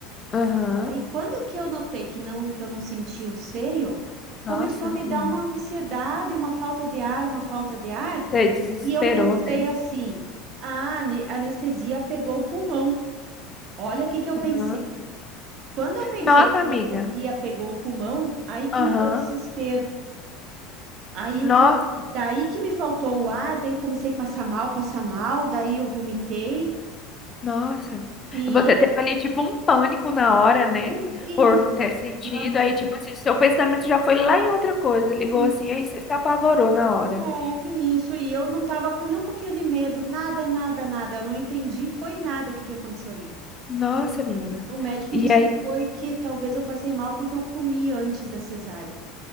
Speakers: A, on the left; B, on the right.
A: aham.
B: Aí quando que eu notei que não que eu não sentia o seio, começou
A: Nossa,
B: a me dar
A: hum.
B: uma ansiedade, uma falta de ar, uma falta de ar,
A: você desesperou,
B: e eu pensei
A: né?
B: assim: "Ah, a ane- a anestesia pegou o pulmão". Olha o que que eu pensei.
A: Aham.
B: Quando eu pensei
A: Nossa,
B: que a
A: amiga.
B: anestesia pegou o pulmão, aí que
A: Aham.
B: me deu desespero. Aí eu
A: Nossa,
B: come- daí que me faltou o ar, daí eu comecei a passar mal, passar mal, daí eu vomitei
A: nossa.
B: e
A: Você teve ali tipo um pânico na hora, né?
B: isso, isso,
A: Por não ter sentido.
B: aham,
A: Aí, tipo assim, seu pensamento já foi lá em outra coisa. Ligou
B: isso.
A: assim, aí você se apavorou na hora.
B: É, isso. E eu não tava com nem um pouquinho de medo, nada, nada, nada. Eu não entendi, foi nada o que que aconteceu ali.
A: Nossa, menina.
B: O médico
A: E
B: disse
A: aí.
B: que foi que talvez eu passei mal porque eu comi antes da cesárea.